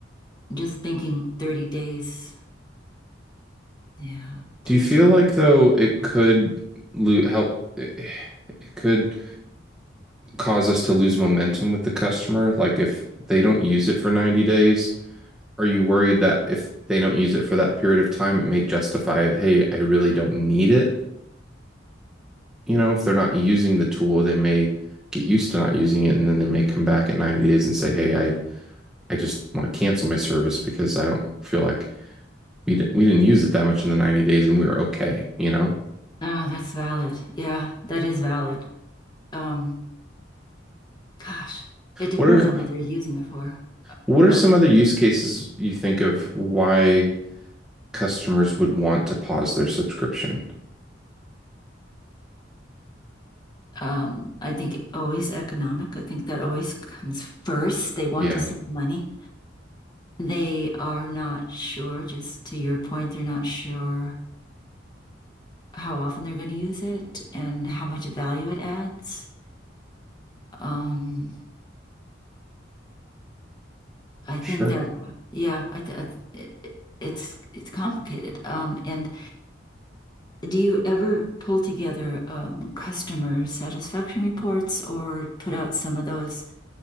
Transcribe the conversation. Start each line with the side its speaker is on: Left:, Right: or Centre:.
Left: just thinking 30 days. Yeah,
Centre: Do
Left: 30
Centre: you feel
Left: days
Centre: like
Left: of
Centre: though it
Left: work.
Centre: could lo help? it could cause us to lose momentum with the customer. Like if they don't use it for 90 days, are you worried that if they don't use it for that period of time, it may justify, hey, I really don't need it? You know, if they're not using the tool, they may get used to not using it and then they may come back at 90 days and say, hey, I, I just want to cancel my service because I don't feel like we did we didn't use it that much in the 90 days and we were okay, you know?
Left: Ah, that's valid. Yeah, that is valid. Um, gosh, it depends
Centre: What are
Left: on what they're using it for. Uh,
Centre: what
Left: But
Centre: are some other use cases you think of why customers would want to pause their subscription?
Left: Um, I think always economic. I think that always comes first. They want
Centre: Yeah,
Left: to save money. They are not sure, just to your point, they're not sure how often they're going to use it and how much value it adds. Um, I
Centre: sure.
Left: think that, yeah, I, th- I th- it, it- it's it's complicated. Um, and do you ever pull together um, customer satisfaction reports or put out some of those?